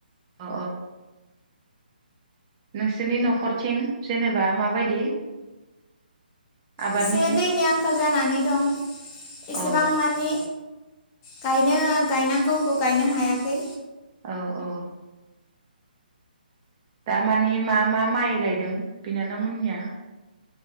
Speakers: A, on the right; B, on the left.
A: औ नोंसोरनि न'खरथिं जेनेबा माबायदि आबादनि
B: एसे दैनि आंखाल जानानै दं
A: औ
B: एसेबां मानि गायनो गायनांगौखौ गायनो हायाखै
A: औ औ दा माने मा मा माइ गायदों बिनानावमोननिया